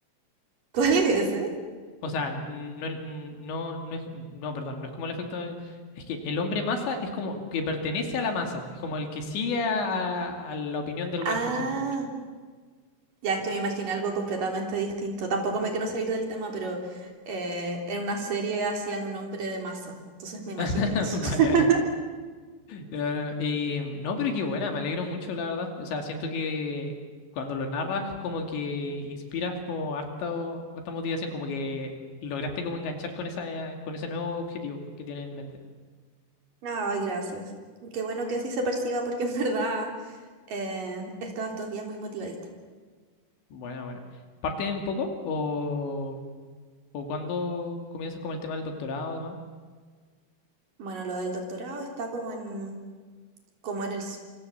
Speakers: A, on the right; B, on the left.
A: <laughs> ¿Cuál es ese?
B: O sea, n- no, n- no, no es, no, perdón, no es como el efecto. de- Es que el hombre masa es como que pertenece a la masa, es como el que sigue a, a la opinión del
A: Ah,
B: resto, así como.
A: Ya es que me imaginé algo completamente distinto. Tampoco me quiero salir del tema, pero eh, en una serie hacían un hombre de masa. Entonces me imaginé
B: <laughs>
A: eso.
B: Vale,
A: <laughs>
B: vale. No, no, no, eh, no, pero qué buena, me alegro mucho, la verdad. O sea, siento que cuando lo narras, como que inspiras como harto, harta motivación, como que lograste como enganchar con esa, con ese nuevo objetivo que tienes en mente.
A: Ay, gracias. Qué bueno que así se perciba porque en <laughs> verdad eh, he estado estos días muy motivadita.
B: Buena, buena. ¿Parte en poco? ¿O, o cuándo comienzas con el tema del doctorado, además?
A: Bueno, lo del doctorado está como en, como en el s-